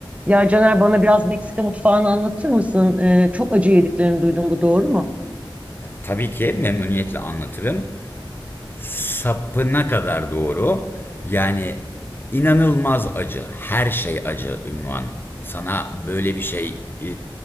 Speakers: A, on the right (about 15°); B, on the left (about 25°).
A: Ya Caner bana biraz Meksika mutfağını anlatır mısın? Ee, çok acı yediklerini duydum bu doğru mu?
B: Tabii ki memnuniyetle anlatırım. Sapına kadar doğru. Yani inanılmaz acı. Her şey acı ünvan. Sana böyle bir şey e,